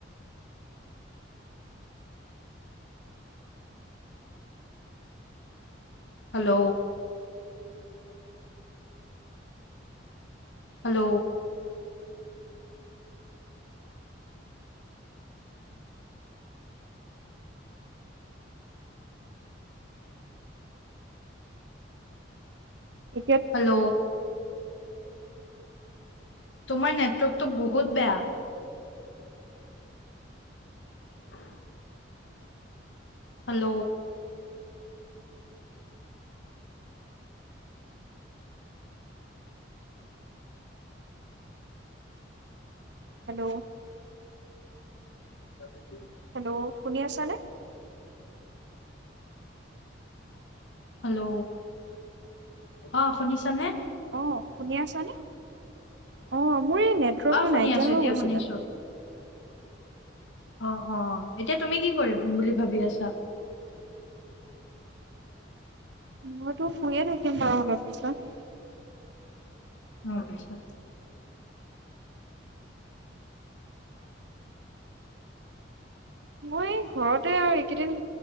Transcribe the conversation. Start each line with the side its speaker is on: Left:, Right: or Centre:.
Left: হেল্ল'। হেল্ল।
Right: এতিয়া
Left: হেল্ল'। তোমাৰ নেটৱৰ্কটো বহুত বেয়া। <inaudible> হেল্ল'।
Right: হেল্ল'।
Left: <inaudible>
Right: হেল্ল' শুনি আছানে।
Left: হেল্ল'। অঁ শুনিছা নে।
Right: অঁ শুনি আছা নে, অঁ মোৰ এই নেটৱৰ্কটো
Left: অ শুনি
Right: নাইকিয়া
Left: আছো
Right: হৈ
Left: এতিয়া
Right: গৈছিলে।
Left: শুনিছো অ', - অ ', এতিয়া তুমি কি? -কৰিম বুলি ভাবি আছা?
Right: মইতো শুয়ে থাকিম বাৰু অলপ পিছত।
Left: অ ', পিছত
Right: এই ঘৰতে আৰু এইকেইদিন